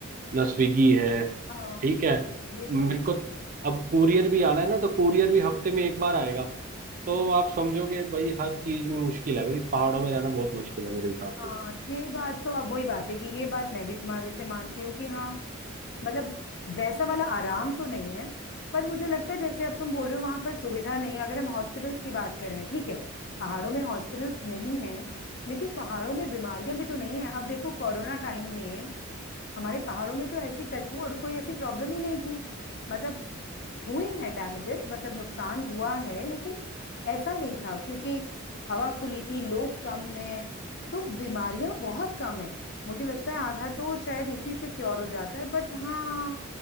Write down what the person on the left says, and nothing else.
हाँ
हम्म, ये
तो है
हाँ
ये बात तो अब वही बात है कि ये बात मैं भी तुम्हारी से मानती हूँ कि हाँ मतलब वैसा वाला आराम तो नहीं है पर मुझे लगता है जैसे अब तुम बोल रहे हो वहां पर सुविधा नहीं है अगर हम हॉस्पिटल्स की बात करें ठीक है पहाड़ों में हॉस्पिटल्स नहीं है लेकिन पहाड़ों में बीमारियां भी तो नहीं है अब देखो कोरोना टाइम में हमारे पहाड़ों में तो ऐसी टचवुड कोई ऐसी प्रॉब्लम ही नहीं थी मतलब हुए हैं डैमेजेस मतलब नुकसान हुआ है लेकिन ऐसा नहीं था क्योंकि हवा खुली थी लोग कम हैं तो बीमारियां बहुत कम हैं मुझे लगता है आधा तो शायद इसी से क्योर हो जाता है बट हाँ